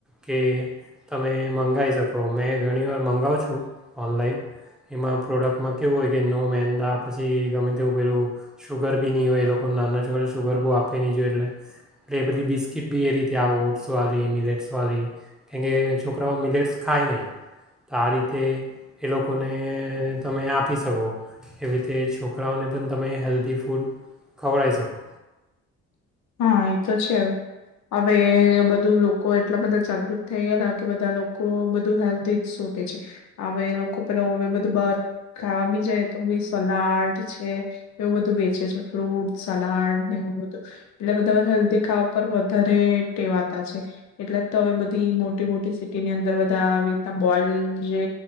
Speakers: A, in the centre; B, on the left.
A: કે, તમે મંગાવી શકો મેં ઘણીવાર મંગાવું છું. ઓનલાઈન એમાં પ્રોડક્ટમાં કેવું હોય કે, નો મેંદા પછી ગમે તેવું પેલું શુગર બી નહીં હોય. એ લોકો ને નાનો છોકરાઓને શુગર બહુ આપવી નહીં, જોયે એટલે એટલે એ બધી બિસ્કીટ બી એ રીતે આવે ઓટ્સવાળી, મિલેટ્સવાળી, કેમકે, છોકરાઓ મિલેટસ ખાય નહીં, તો આ રીતે એ લોકોને તમે આપી શકો. એવી રીતે છોકરાઓને પણ તમે હેલ્ધી ફૂડ ખવડાઈ શકો.
B: હા, એ તો છે. હવે બધું લોકો એટલા બધા જાગૃત થઈ ગયા કે, બધા લોકો બધું હેલ્ઘી જ શોધ છે. હ એ લોકો પેલા હવે, બધું બાર ખાવા બી જાય તો સલાડ છે. એવું બધું વેચે છે. ફ્રૂટ સલાડ ને એવું બધું એટલે બધા હેલ્ધી ખાવા પર વધારે ટેવાતા છે. એટલે તો હવે, બધી મોટી મોટી સિટીની અંદર બધા આવી રીના બોઈલ જે